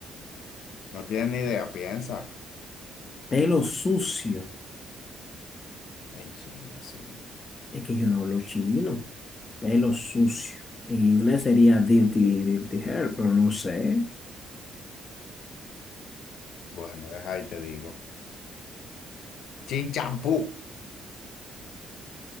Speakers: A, on the left; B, on the left.
A: no tienes ni idea, piensa
B: Pelo sucio.
A: en chino, sí.
B: Es que yo no hablo chino. Pelo sucio. En inglés sería dirty, dirty hair, pero no sé.
A: Bueno, deja y te digo. Chin champú.